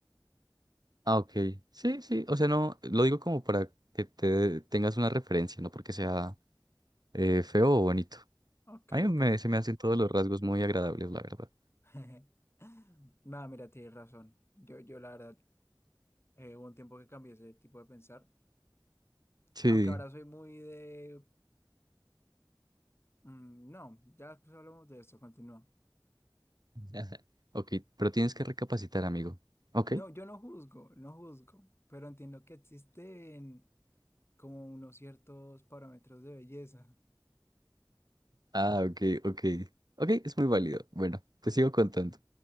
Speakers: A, on the right; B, on the left.
A: Ah, ok. Sí, sí. O sea, no, lo digo como para que te tengas una referencia, no porque sea eh, feo o bonito.
B: Ok,
A: A
B: ok.
A: mí me- se me hacen todos los rasgos muy agradables, la verdad.
B: <laughs> Nada, mira, tienes razón. Yo, yo la verdad, eh, hubo un tiempo que cambié ese tipo de pensar.
A: Sí.
B: Aunque ahora soy muy de... mm, no, ya después hablamos de esto, continúa.
A: <laughs> Ok, pero tienes que recapacitar, amigo. Ok.
B: No, yo no juzgo, no juzgo, pero entiendo que existen como unos ciertos parámetros de belleza.
A: Ah, ok, ok. Ok, es muy válido. Bueno, te sigo contando.